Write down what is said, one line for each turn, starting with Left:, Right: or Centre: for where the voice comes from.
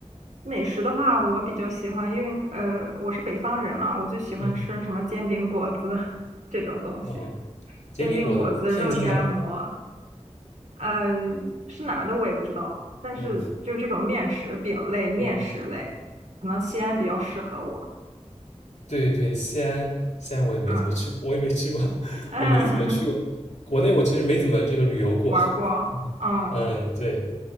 Right: 美食的话，我比较喜欢，因为呃我是北方人嘛，我就喜欢吃什么煎饼果子
Left: 嗯，
Right: <laughs> 这种东西，
Left: 啊，煎饼果子，
Right: 煎饼果子、
Left: 天津的。
Right: 肉夹馍，呃是哪儿的我也不知道，但是就是这种面食、
Left: 嗯
Right: 饼类、面食类，
Left: 嗯，
Right: 可能西安比较适合我。
Left: 对对，西安西安我也没怎么去，
Right: 嗯
Left: 我也没去过，<laughs>
Right: 嗯，
Left: 我没怎么去过。国内我其实没怎么这个旅游过。
Right: <laughs> 玩儿过，
Left: <laughs> 嗯嗯，
Right: 嗯。
Left: 对，